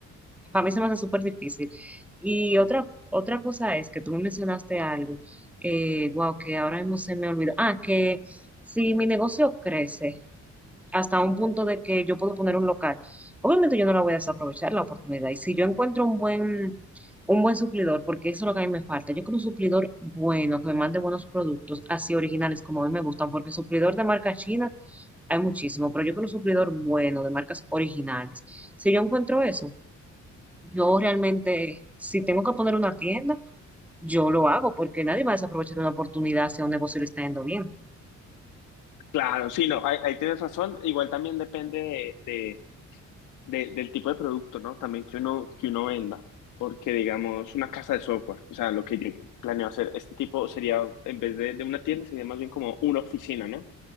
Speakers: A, in the centre; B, on the left (about 90°).
A: Para mí se me hace súper difícil. Y otra, otra cosa es que tú me mencionaste algo, eh, wow, que ahora mismo se me olvidó. Ah, que si mi negocio crece hasta un punto de que yo puedo poner un local, obviamente yo no la voy a desaprovechar la oportunidad. Y si yo encuentro un buen, un buen suplidor, porque eso es lo que a mí me falta, yo quiero un suplidor bueno, que me mande buenos productos, así originales como a mí me gustan, porque suplidor de marca china hay muchísimo, pero yo quiero un suplidor bueno, de marcas originales. Si yo encuentro eso, yo realmente, si tengo que poner una tienda, yo lo hago porque nadie va a desaprovechar una oportunidad si a un negocio le está yendo bien.
B: Claro, sí, no, ahí, ahí tienes razón. Igual también depende de, de- de- del tipo de producto, ¿no? También que uno, que uno venda. Porque, digamos, una casa de software, o sea, lo que yo planeo hacer, este tipo sería, en vez de, de una tienda, sería más bien como una oficina, ¿no?